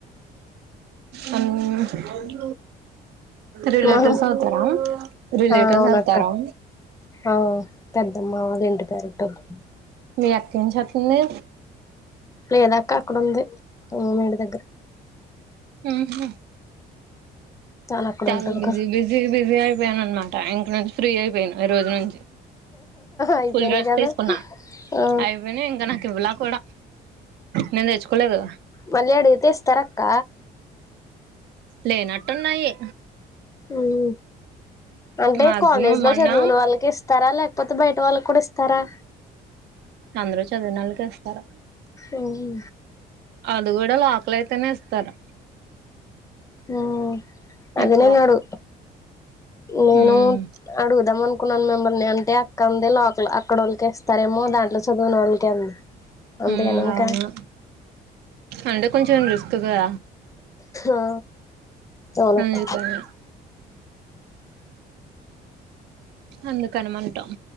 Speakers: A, on the right; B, on the left.
A: అని రిలేటివ్స్
B: మనం
A: అవుతారా రిలేటివ్స్
B: ఆ అవునక్క
A: అవుతారా
B: ఆ పెద్దమ్మా వాళ్ల ఇంటి పేరటోళ్లు
A: మీ అక్కేం చేత్తుంది
B: లేదాక్క అక్కడ ఉంది మేడి దగ్గర
A: మ్మ్ఉహ్మ్
B: తాను అక్కడ
A: చాలా
B: ఉంటది
A: బిజీ
B: కదా
A: బిజీ బిజీ అయిపోయాను అనమాట ఇంక నుంచి ఫ్రీ అయిపోయిన ఈరోజు నుంచి
B: అయిపోయినాయి
A: ఫుల్ రెస్ట్
B: కదా
A: తీసుకున్నా
B: ఆ
A: అయిపోయినా ఇంకా నాకు ఇవ్వలా కూడా నేను తెచ్చుకోలే కదా
B: మళ్లీ అడిగితే ఇస్తారక్క
A: లేనట్టున్నాయి
B: ఉమ్మ్ అంటే
A: మాక్సిమం
B: కాలేజ్‌లో
A: మొన్న
B: చదివిన వాళ్ళకి ఇ స్తారా లేకపోతే బయట వాళ్ళకి కూడా ఇస్తారా
A: అందరూ చదివిన వాళ్ళకే ఇస్తారు
B: ఓహో
A: అది కూడా లోకల్ అయితేనే ఇస్తారు
B: ఓ అందినే
A: ఎక్కువ
B: నాడు నేను
A: ఉమ్
B: అడుగుదాం అనుకున్నాను మిమ్మల్ని అంటే అక్కంది లోకల్ అక్కడోళ్ళకే ఇస్తారేమో దాంట్లో చదివిన వొళ్ళకే అంది అంతేనా
A: ఉమ్మ్
B: ఇంకా
A: అవును అంటే కొంచెం రిస్క్ కదా
B: ఆ అవునక్క
A: అందుకనే అందుకని మంట